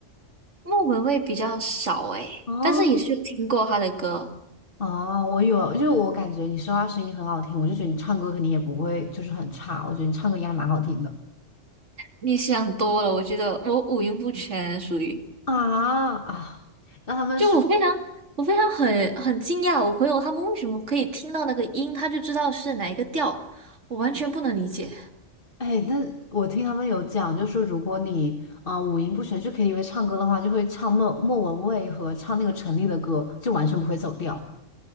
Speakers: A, on the right; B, on the left.
A: 莫文蔚比较少诶，
B: 哦，
A: 但是也是有听过他的歌。
B: 哦，我有，就是我感觉你说话声音很好听，我就觉得你唱歌肯定也不会就是很差，我觉得你唱歌应该蛮好听的
A: 你想多了，我觉得我五音不全，属于
B: 啊啊。让他们说。
A: 就我非常我非常很很惊讶，我朋友他们为什么可以听到那个音，他就知道是哪一个调，我完全不能理解，
B: 哎，但我听他们有讲，就说如果你啊、呃五音不全去 KTV 唱歌的话，就会唱莫莫文蔚和唱那个陈粒的歌，就完全不会走调。